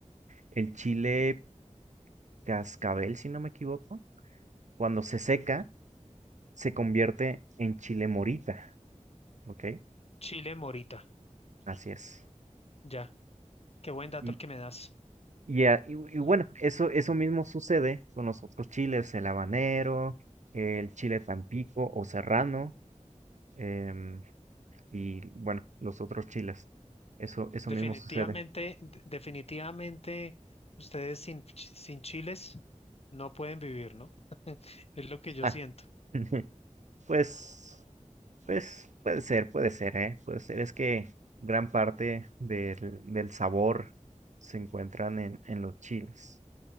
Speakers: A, on the right (about 70°); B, on the left (about 55°).
A: el chile cascabel, si no me equivoco, cuando se seca, se convierte en chile morita, ¿ok?
B: Chile Morita,
A: Así es.
B: ya. Qué buen dato
A: Y,
B: el que me das.
A: y, a- y y bueno,
B: Mm.
A: eso, eso mismo sucede con los otros chiles, el habanero, el chile tampico o serrano, em, y bueno, los otros chiles. Eso, eso
B: Definitivamente,
A: mismo sucede.
B: de- definitivamente, ustedes sin, ch- sin chiles no pueden vivir, ¿no? <laughs> Es lo que yo
A: Ah,
B: siento.
A: <laughs> pues, pues puede ser, puede ser, ¿eh? Puede ser. Es que gran parte del, del sabor se encuentran en, en los chiles,